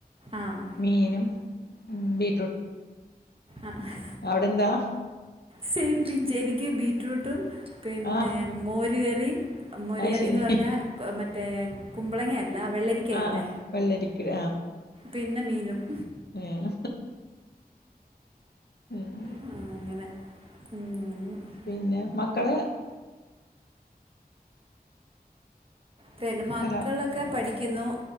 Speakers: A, on the right (about 35°); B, on the left (about 85°).
A: ആഹ്
B: മീനും ബീ
A: ആഹ്
B: അവിടെ എന്താ
A: സെയിം പിഞ്ച് എനിക്ക് ബീറ്റ്റൂട്ടും പിന്നെ
B: ആഹ്
A: മോരുകറീം മോരുകറീന്ന്
B: അത് ശരി
A: പറഞ്ഞാ മറ്റേ കുമ്പളങ്ങ അല്ല വെള്ളരി ക്കായ്ട്ട
B: ആഹ് വെള്ളരിക്ക
A: പിന്നെ മീനും-
B: ഉം- <inaudible>
A: ആ, അങ്ങനെ <inaudible>
B: പിന്നെ മക്കള്
A: പിന്നെ മക്കളൊക്കെ
B: ഹലോ
A: പഠിക്കുന്നു